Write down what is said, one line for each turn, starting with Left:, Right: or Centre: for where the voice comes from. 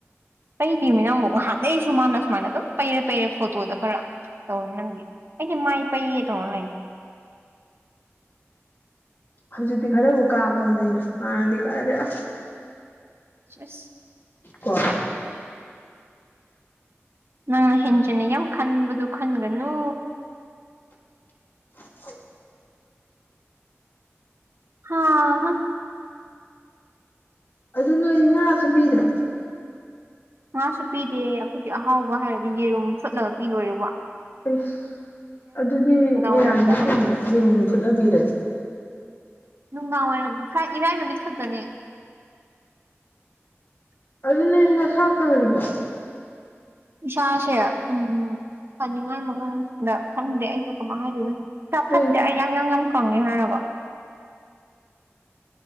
Right: ꯄꯩꯇꯃꯤꯅ ꯑꯃꯨꯛ ꯉꯍꯥꯟꯗꯩꯁꯨ ꯃꯥꯅ ꯁꯨꯃꯥꯏꯅ ꯑꯗꯨꯝ ꯄꯩꯔꯦ ꯄꯩꯔꯦ ꯐꯣꯇꯣꯗ ꯈꯔ ꯇꯧ ꯅꯪꯒꯤ ꯑꯩꯗꯤ ꯃꯥꯏ ꯄꯩꯌꯦ ꯇ ꯑꯣꯟꯂꯥꯏꯟ
Left: ꯍꯧꯖꯤꯛꯇꯤ ꯈꯔꯕꯨꯥꯎ ꯀꯥꯞꯄꯅꯤꯅ ꯍꯥꯟꯅꯗꯤ ꯀꯥꯔꯦ ꯑ
Right: ꯆꯁ
Left: ꯀꯣꯏ
Right: ꯅꯪꯅ ꯍꯦꯟꯖꯤꯟꯅ ꯌꯥꯝ ꯈꯟꯕꯗꯣ ꯈꯟꯒꯅꯨ
Left: <inaudible>
Right: ꯍꯥꯥ
Left: ꯑꯗꯨ ꯅꯣꯏꯗꯤ ꯉꯥꯁꯨ ꯄꯤꯗ꯭ꯔꯣ
Right: ꯉꯥꯁꯨ ꯄꯤꯗꯦ ꯑꯩꯈꯣꯏꯒꯤ ꯑꯍꯥꯎꯕ ꯍꯥꯏꯔꯗꯤ ꯌꯦꯔꯨꯝ ꯐꯨꯠꯂꯒ ꯄꯤ ꯂꯣꯏꯔꯦꯕ
Left: ꯑꯩꯁ ꯑꯗꯨꯗꯤ ꯃꯦꯔꯥꯅ
Right: ꯋꯥꯏꯔꯝꯗ
Left: ꯍꯣꯟꯕ ꯌꯦꯔꯨꯝ ꯐꯨꯠꯅꯕꯤꯔꯅꯤ
Right: ꯅꯨꯡꯗꯥꯡꯋꯥꯏꯔꯝ ꯏꯔꯥꯏ ꯅꯨꯃꯤꯠ ꯈꯛꯇꯅꯦ
Left: ꯑꯗꯨꯅꯗꯤ ꯅꯁꯥ ꯐ꯭ꯔꯤꯕ
Right: ꯏꯁꯥꯁꯦ ꯎꯝ ꯐꯅꯤꯡꯉꯥꯏ ꯃꯑꯣꯡꯗ ꯈꯪꯗꯦ ꯑꯩꯁꯨ ꯀꯃꯥꯏꯅ ꯍꯥꯏꯗꯣꯏꯅꯣ ꯁꯥ
Left: ꯍꯣꯏ
Right: ꯐꯠꯇꯦ ꯑꯩ ꯌꯥꯡ ꯌꯥꯡ ꯌꯥꯝ ꯀꯪꯉꯦ ꯍꯥꯏꯔꯕ